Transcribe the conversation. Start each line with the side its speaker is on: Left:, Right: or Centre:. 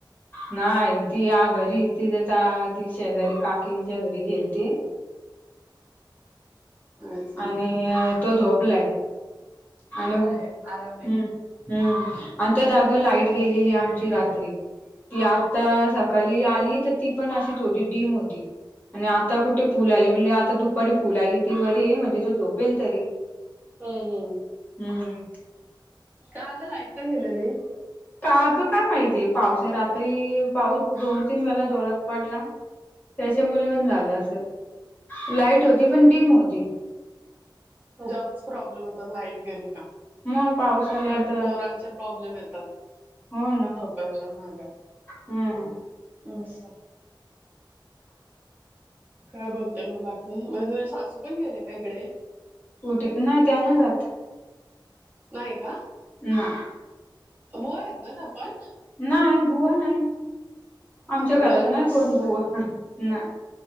Left: नाही ती या घरी तिथे ती शेजारी काकीनच्या घरी गेलती
Right: अच्छा
Left: आणि तो झोपलाय आणि
Right: बरं
Left: हम्
Right: आहे आराम आहे
Left: हम्म आणि त्यात अगं आमची लाईट गेलेली आहे आमची रात्री ती आता सकाळी आली तर ती पण अशी थोडी डीम होती आणि आता कुठे फुल आली म्हणजे आता बरी फुल आली ती वरी म्हणजे तो झोपेल तरी.
Right: हम्म हम्
Left: हम्म.
Right: का अग लाईट का? गेलेली.
Left: काग काय माहितीये पाऊस आहे रात्री पाऊस दोन, तीन वेळा जोरात पडला. त्यांच्यामुळे पण झाले असेल लाईट होती पण डडीम होती.
Right: जामच प्रॉब्लेम होत लाईट <inaudible>
Left: मग पावसाल्यात
Right: पो प्रॉब्लेम येतात.
Left: हो ना
Right: पडला माग
Left: हम्म
Right: अस. काय बोलतेय मग बाकी म्हणजे तुझे सासू पण गेले का? इकडे.
Left: कुठे नाही त्यांना जाते.
Right: नाहीय का?
Left: ना.
Right: बोयात ना आपण.
Left: नाही बुवा नाही
Right: हा
Left: आमच्या
Right: का मला
Left: घरात
Right: वाटलं
Left: नाही कोण बुवा
Right: आहेत
Left: नाही.